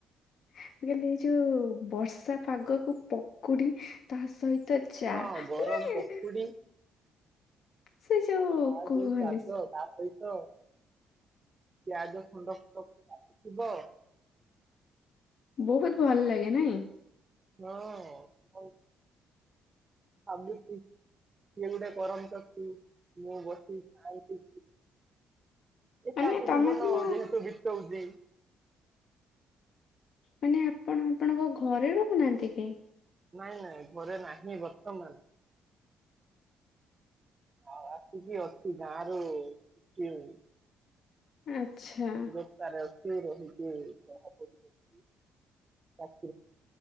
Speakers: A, on the left; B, on the right.
A: ମୂର୍ କହିଲେ ଏଇ ଯୋଉ ବର୍ଷା ପାଗକୁ ପକୁଡି ତା ସହିତ ତ ଚା
B: ହଁ ଗରମ
A: ମାନେ
B: ପକୁଡି <unintelligible>
A: ସେ ଯୋଉ
B: ତା
A: କୁହନି
B: ସହିତ ପିଆଜ ଖୁଣ୍ଡ ଖୁଣ୍ଡ କରି କାଟି ଥିବ।
A: ବହୁତ ଭଲ ଲାଗେ ନାଇଁ?
B: ହଁ ଅଛନ୍ତି ଭାବୁଚି ସିଏ ଗୋଟେ କରମଚୁ ମୁଁ ବସି ସାଇ ଏକାକୀ
A: ମାନେ ତମେ
B: ଜୀବନ
A: ତମ
B: ଯେହେତୁ ବିତଉଛି।
A: ମାନେ ଆପଣ ଆପଣଙ୍କ ଘରେ ରହୁନାହାନ୍ତି କି?
B: ନାଇଁ ନାଇଁ ଘରେ ନାହିଁ ବର୍ତ୍ତମାନ। ଆଉ ଆସିକି ଅଛି ଗାଁ ରୁ ଶିଖିନି।
A: ଆଚ୍ଛା
B: ଦୂରତା ରେ ଅଛି ରହିକି ପଢାପଢି କରୁଛି ତମ